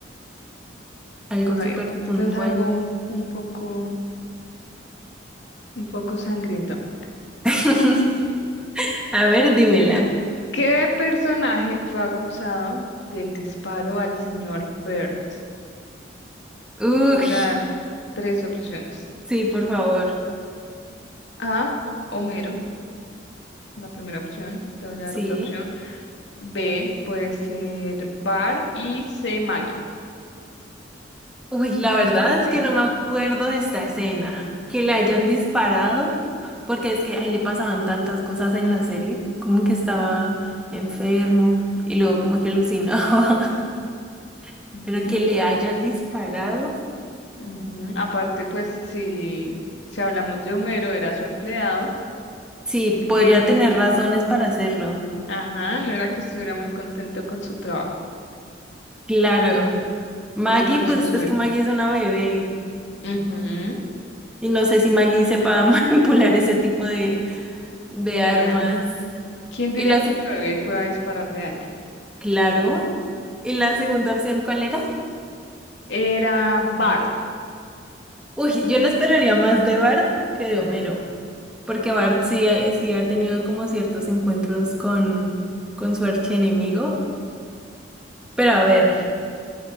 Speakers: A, in the centre; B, on the left.
A: Algo
B: A
A: súper
B: ver, esto
A: puntual.
B: es algo un poco, un poco sangriento.
A: <laughs> A ver, dímela.
B: Listo. ¿Qué personaje fue acusado del disparo al señor Burns?
A: Uy,
B: Te voy a dar tres opciones.
A: sí, por favor.
B: A, Homero, la primera opción. Te voy a
A: Sí.
B: dar otra opción. B, puede ser Bar y C, Maggie.
A: Uy, la verdad
B: Piénsalo
A: es
B: bien.
A: que no me acuerdo de esta escena. Que le hayan disparado, porque es que a él le pasaban tantas cosas en la serie, como que estaba enfermo y luego como que alucinaba, <laughs>
B: Ujú,
A: pero que le hayan disparado.
B: ujú. Aparte, pues, si, si hablamos de Homero, era su empleado.
A: Sí,
B: que
A: podría tener razones para hacerlo.
B: Ajá, no era que estuviera muy contento con su trabajo
A: Claro. Maggie,
B: y con
A: pues
B: su sueldo.
A: es que Maggie es una bebé
B: Ujú,
A: y no sé
B: que
A: si Maggie sepa <laughs> manipular ese tipo de, de
B: sea.
A: armas.
B: ¿Quién
A: Y
B: diría
A: las,
B: que un bebé pueda dispararle a alguien?
A: claro. ¿Y la segunda opción cuál era?
B: Era Bart.
A: Uy, yo lo esperaría más de Bart que de
B: Mm.
A: Homero, porque Bart sí, ha- sí ha tenido como ciertos encuentros con, con su archienemigo. Pero
B: Sí.
A: a ver,